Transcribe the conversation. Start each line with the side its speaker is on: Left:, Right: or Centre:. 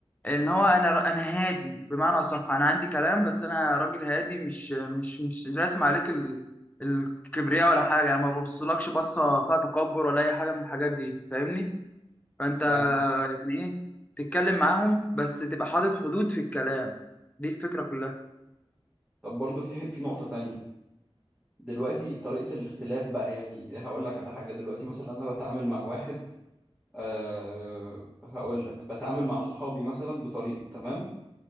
Left: ان هو انا انا هادي بمعنى اصح انا عندي كلام بس انا راجل هادي مش مش مش راسم عليك ال- الكبرياء ولا حاجه يعني ما ببصلكش بصه فيها تكبر ولا اي حاجه من الحاجات دي فاهمني فانت
Centre: ف
Left: يعني ايه تتكلم معاهم بس تبقى حاطط حدود في الكلام دي الفكره كلها
Centre: طب برضه في ح- في نقطه تانية دلوقتي طريقه الاختلاف بقى يعني هقول لك على حاجه دلوقتي مثلا انا بتعامل مع واحد أه هقول لك بتعامل مع صحابي مثلا بطريقه تمام